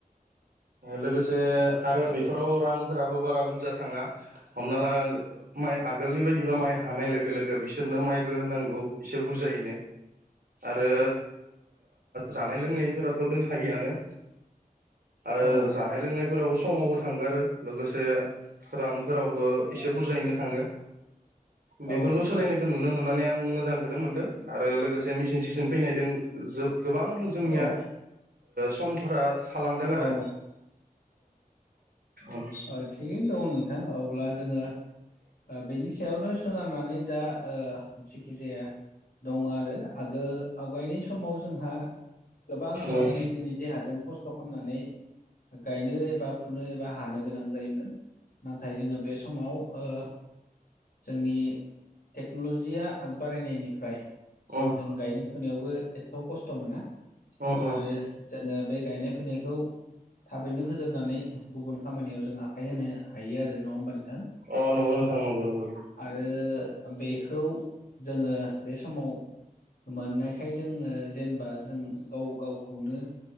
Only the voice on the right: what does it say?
लोगोसे आरो बेफोराव रांफोराबो बारा बुरजा थाङा। हमना ला माइ आगोलनि बायदिबा माइ हानाय लोगो लोगो बिसोरनो माइबो होनांगौ एसे बुरजाय आरो जानाय ओ लोंनायफोराथ' दंखायोआनो आरो
जानाय लोंनायफोरावबो समावबो थांगारो लोगोसे रांफोरावबो एसे बुरजायैनो थाङो बेफोरखौ
सोलायनायखौ नुनो मोननानै आं मोजांखौनो मोनदों आरो लोगोसे मिसिन
सिजन फैनायदों गोबां जोंनिया
समफोरा थालांदों आरो
उम
उम
उम
उम उम
अ नंगौ नखां नंगौ नंगौ।